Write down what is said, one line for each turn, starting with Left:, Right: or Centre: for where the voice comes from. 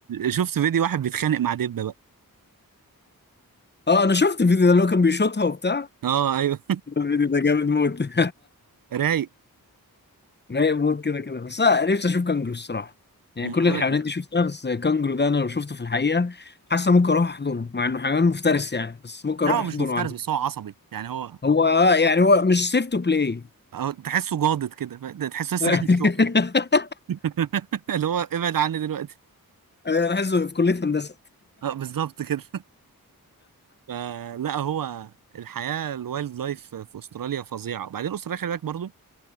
Right: شفت فيديو واحد بيتخانق مع دبه بقى
Left: <laughs> اه انا شفت الفيديو ده اللي هو كان بيشوطها وبتاع
Right: اه ايوه
Left: الفيديو ده جامد موت <laughs>
Right: <laughs> رايق
Left: رايق موت كده كده بس انا نفسي اشوف كانجرو الصراحه يعني
Right: أما
Left: كل
Right: انا بقول
Left: الحيوانات
Right: لك
Left: دي شفتها بس كانجرو ده انا لو شفته في الحقيقه حاسه ممكن اروح احضنه مع انه حيوان مفترس يعني بس ممكن
Right: لا
Left: اروح
Right: هو
Left: احضنه
Right: مش مفترس
Left: عادي
Right: بس هو عصبي يعني هو
Left: هو يعني هو مش سيف تو بلاي
Right: هو تحسه جاضد كده ف- تحسه لسه
Left: <laughs>
Right: جاي من الشغل <laughs> اللي هو ابعد عني دلوقتي
Left: آه، انا عايزه في كليه هندسه
Right: اه بالظبط كده فلا هو الحياه الوايلد لايف في استراليا فظيعه وبعدين استراليا خلي بالك برضو